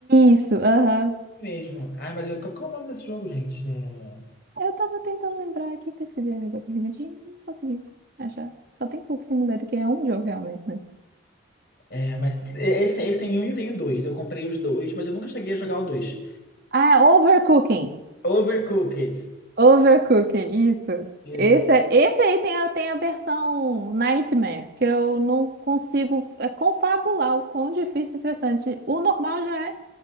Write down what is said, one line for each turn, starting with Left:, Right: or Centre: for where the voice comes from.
Right: Isso, aham.
Left: Mesmo. Ah, mas eu- qual qual é o nome desse jogo, gente? É,
Right: Eu tava tentando lembrar aqui, pesquisei rapidinho, não consegui achar. Só tem Cooking Simulator, que é um jogo realmente, né?
Left: é, mas esse, esse tem um e tem dois. Eu comprei os dois, mas eu nunca cheguei a jogar o dois.
Right: Ah, é Overcooking.
Left: Overcooked.
Right: Overcooking, isso.
Left: Isso.
Right: Esse, é- esse aí tem a, tem a versão Nightmare, que eu não consigo é, confabular o quão difícil e estressante. O normal já é.